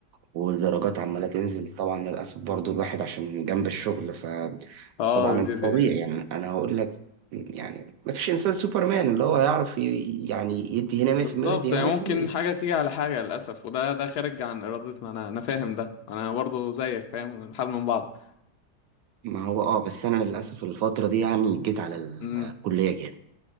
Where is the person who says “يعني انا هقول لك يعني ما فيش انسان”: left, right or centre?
Right